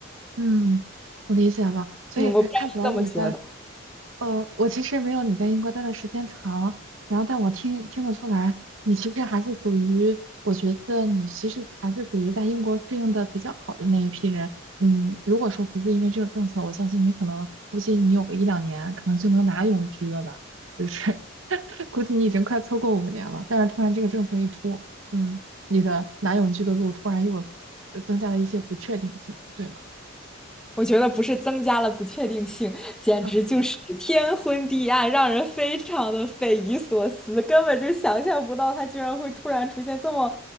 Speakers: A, on the right; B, in the centre.
A: 嗯，我理解了。所以看看起来你在
B: 嗯，我不知道你怎么觉得。
A: 呃，我其实没有你在英国待的时间长，然后但我听听得出来，你其实还是属于，我觉得你其实还是属于在英国适应的比较好的那一批人。嗯，如果说不是因为这个政策，我相信你可能估计你有个一两年，可能就能拿永居了吧？就是 <laughs> 估计你已经快凑够五年了，但是突然这个政策一出，嗯，你的拿永居的路突然又呃增加了一些不确定性，对吗？
B: 我觉得不是增加了不确定性，简直就是天昏地暗，
A: 嗯
B: 让人非常的匪夷所思，根本就想象不到它居然会突然出现这么，